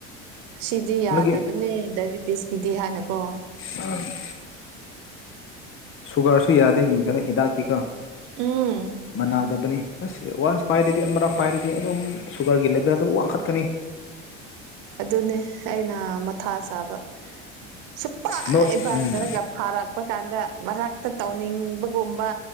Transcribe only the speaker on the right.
ꯁꯤꯗꯤ ꯌꯥꯗꯕꯅꯦ
ꯗꯥꯏꯕꯤꯦꯇꯤꯁꯀꯤꯗꯤ ꯍꯥꯏꯅꯀꯣ
ꯎꯝ
ꯑꯗꯨꯅꯦ ꯑꯩꯅ ꯃꯊꯥ ꯆꯥꯕ ꯁꯨꯄꯥꯏ
ꯄꯥꯏꯊꯔꯒ
ꯐꯥꯔꯛꯄ ꯀꯥꯟꯗ ꯃꯊꯛꯇ ꯇꯧꯅꯤꯡꯕꯒꯨꯝꯕ